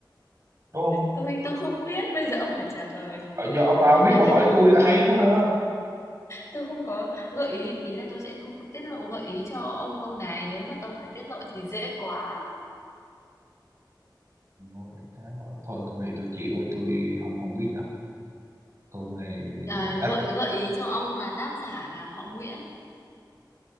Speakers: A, on the right; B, on the left.
A: đúng không
B: Tôi tôi không biết, bây giờ ông phải trả lời.
A: Ờ, giờ ông bà
B: Câu
A: không biết
B: này
A: bà
B: tôi
A: hỏi
B: không
A: tôi hay quá ha
B: tôi không có gợi ý, ý là tôi sẽ không tiết lộ gợi ý cho ông câu này, nếu mà tôi mà tiết lộ thì dễ quá.
A: Bình Ngô Đại Khái mà. thôi câu này tôi chịu á, tôi không không biết đâu câu này
B: À,
A: tắt
B: gợi gợi ý cho ông là tác giả là họ Nguyễn.